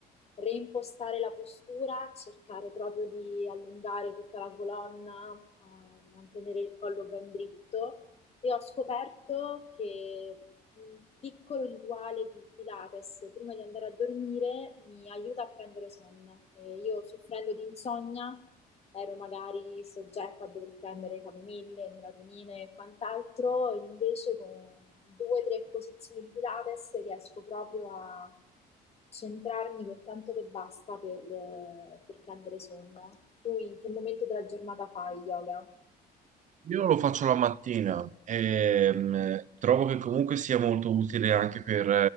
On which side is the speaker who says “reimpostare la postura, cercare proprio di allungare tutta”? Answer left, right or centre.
Left